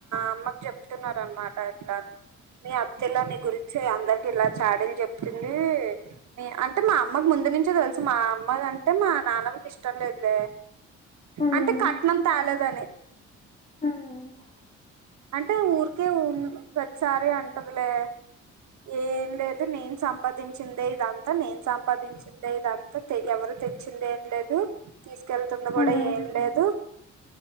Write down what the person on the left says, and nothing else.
ఉమ్,
ఉమ్
ఉమ్,